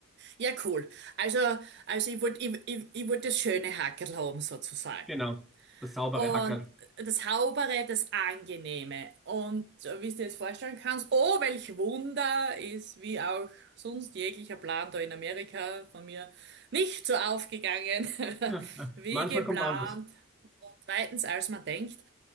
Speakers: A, on the right; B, in the centre.
A: Ja, cool. Also, also ich wollte ich, ich, ich wollt das schöne Hackerl haben, sozusagen.
B: Genau, das saubere
A: Und
B: Hackerl.
A: das Saubere, das Angenehme. Und äh, wie du dir das vorstellen kannst, oh, welch Wunder ist, wie auch sonst jeglicher Plan da in Amerika von mir nicht so aufgegangen,
B: <laughs>
A: <laughs> wie
B: Manchmal
A: geplant.
B: kommt anders.
A: Und zweitens, als man denkt.